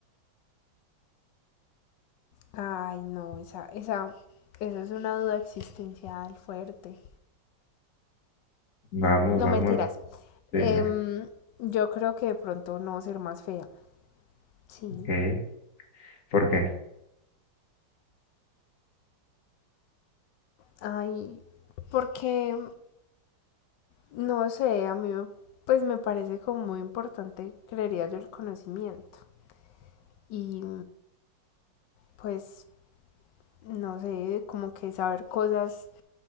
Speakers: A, on the left (about 75°); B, on the left (about 45°).
A: Ay, no, esa, esa, esa es una duda existencial fuerte.
B: Vamos,
A: No
B: vamos,
A: mentiras.
B: dime.
A: Em, yo creo que de pronto no ser más fea. Sí.
B: Ok, ¿por qué?
A: Ay, porque, no sé, a mí me- pues me parece como muy importante, creería yo, el conocimiento. Y pues no sé, como que saber cosas